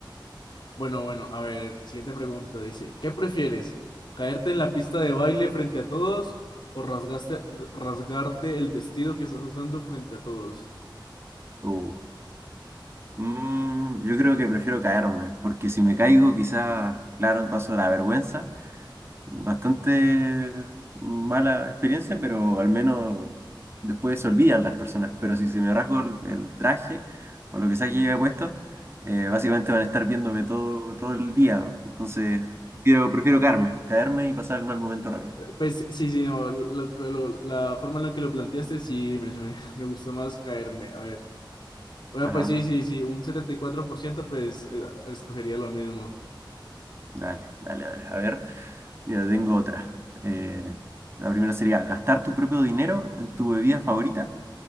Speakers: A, on the left; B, on the right.
A: Bueno, bueno, a ver, siguiente pregunta dice, ¿qué prefieres? ¿Caerte en la pista de baile frente a todos o rasgaste, rasgarte el vestido que estás usando frente a todos?
B: Uh. Mm, yo creo que prefiero caerme, porque si me caigo quizás, claro, paso la vergüenza, Bastante mala experiencia, pero al menos después se olvidan las personas. Pero si se me rasgo el, el traje o lo que sea que lleve puesto, eh, básicamente van a estar viéndome todo, todo el día. Entonces, prefiero, prefiero caerme, caerme y pasar el mal momento rápido.
A: Eh, Pues sí, sí, no, lo que lo- la forma en la que lo planteaste sí me, me, <laughs> me gustó más caerme. A ver, bueno,
B: Ajá,
A: pues
B: ajá.
A: sí, sí, sí, un 74% pues eh, escogería lo mismo.
B: Dale, dale, dale. A ver, mira, tengo otra. Eh, la primera sería gastar tu propio dinero en tu bebida favorita